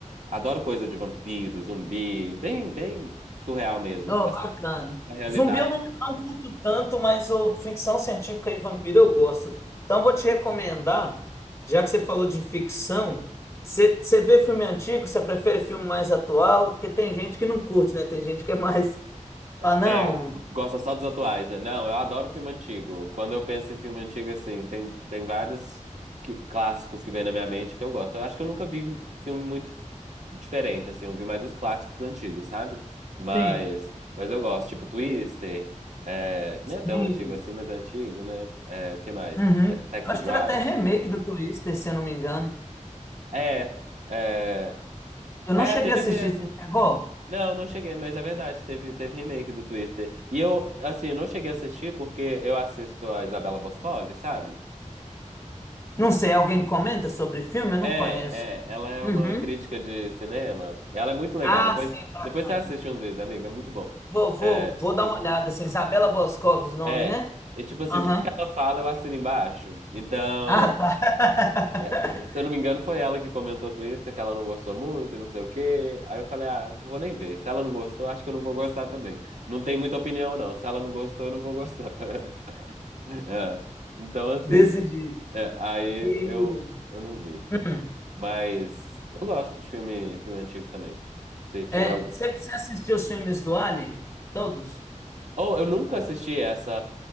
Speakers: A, on the right; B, on the left.
A: Adoro coisa de vampiro, zumbi. Bem, bem surreal mesmo,
B: Oh,
A: pra
B: bacana.
A: sair da realidade.
B: Zumbi eu não, não curto tanto, mas o ficção científica e vampiro eu gosto. Então vou te recomendar, já que você falou de ficção, você você vê filme antigo, você prefere filme mais atual? Porque tem gente que não curte, né? Tem gente que é mais. <laughs> Ah, não.
A: É, gosta só dos atuais, né? Não, eu adoro filme antigo. Quando eu penso em filme antigo, assim, tem, tem vários que- clássicos que vêm na minha mente que eu gosto. Eu acho que eu nunca vi um filme muito diferente, assim, eu vi mais os clássicos dos antigos, sabe? Mas,
B: Sim,
A: mas eu gosto, tipo Twister, é, que
B: sim.
A: nem é tão antigo assim, mas é antigo, né? É, o que mais?
B: Uhum.
A: É, Taxi
B: Acho
A: Drive.
B: que teve até remake do Twister, se eu não me engano.
A: É, é,
B: Eu
A: é,
B: não cheguei
A: teve
B: a assistir,
A: mesmo.
B: você chegou?
A: Não, não cheguei, mas é verdade, teve, teve remake do Twister. E eu, assim, não cheguei a assistir porque eu assisto a Isabela Boscov, sabe?
B: Não sei, alguém comenta sobre filme? Eu não
A: É,
B: conheço.
A: é, ela é
B: Uhum.
A: uma crítica de cinema. Ela é muito legal.
B: Ah,
A: Depois,
B: sim, bacana.
A: depois você assiste uns vídeos, amiga, é muito bom.
B: Vou, vou, vou dar
A: No-
B: uma olhada, assim, Isabela Boscov, os nomes,
A: É,
B: né?
A: é tipo assim,
B: Aham.
A: tudo que ela fala eu assino embaixo. Então,
B: Ah, tá. <laughs>
A: é, se eu não me engano, foi ela que comentou Twister, que ela não gostou muito e não sei o quê. Aí eu falei, ah, não vou nem ver. Se ela não gostou, acho que eu não vou gostar também. Não tem muita opinião, não. Se ela não gostou, eu não vou gostar. <laughs> <laughs> É, então, assim,
B: Desse jeito.
A: é, aí
B: E-
A: eu, eu não vi.
B: Hum.
A: Mas eu gosto de filme, filme antigo também. Se tiver
B: É,
A: algum.
B: você, você assistiu os filmes do Ali? Todos?
A: Oh, eu nunca assisti essa,